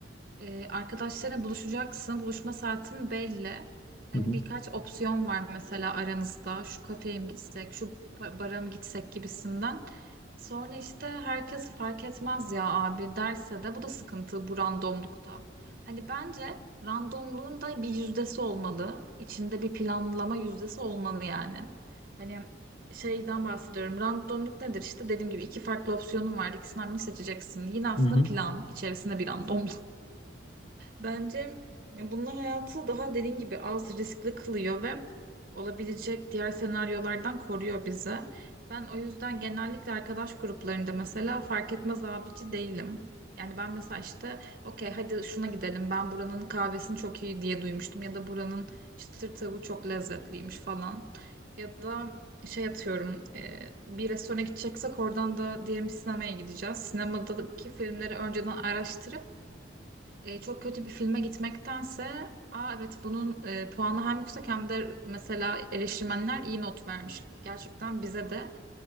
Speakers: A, on the right; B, on the left.
A: E, arkadaşlarına buluşacaksın. Buluşma saatin belli. Hani
B: hı
A: birkaç opsiyon var mesela aranızda. Şu kafeye mi gitsek, şu pa- bara mı gitsek gibisinden. Sonra işte herkes fark etmez ya abi derse de bu da sıkıntı bu randomlukta. Hani bence randomluğun da bir yüzdesi olmalı. İçinde bir planlama yüzdesi olmalı yani. Hani şeyden bahsediyorum. Randomluk nedir? İşte dediğim gibi iki farklı opsiyonun var. İkisinden birini seçeceksin. Yine aslında
B: hı hı.
A: plan içerisinde bir randomluk. Bence bunlar hayatı daha dediğin gibi az riskli kılıyor ve olabilecek diğer senaryolardan koruyor bizi. Ben o yüzden genellikle arkadaş gruplarında mesela fark etmez abici değilim. Yani ben mesela işte okey hadi şuna gidelim ben buranın kahvesini çok iyi diye duymuştum ya da buranın çıtır tavuğu çok lezzetliymiş falan. Ya da şey atıyorum e, bir restorana gideceksek oradan da diyelim sinemaya gideceğiz. Sinemadaki filmleri önceden araştırıp e, çok kötü bir filme gitmektense Aa, evet bunun e, puanı hem yüksek hem de mesela eleştirmenler iyi not vermiş. Gerçekten bize de